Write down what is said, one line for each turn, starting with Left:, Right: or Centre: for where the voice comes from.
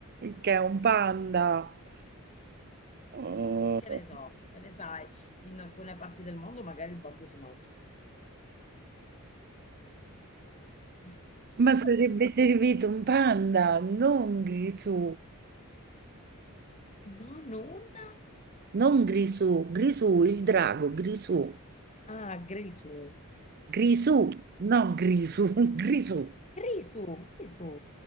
Right: che è un panda. Ah,
Left: Perché ne so, che ne sai, in alcune parti del mondo magari il bambù si mangia. <laughs>
Right: Ma sarebbe servito un panda, non Grisù,
Left: Non una?
Right: non Grisù, Grisù, il drago, Grisù,
Left: Ah, Grisù.
Right: Grisù, no Grisù, <laughs> Grisù.
Left: Grisù, Grisù.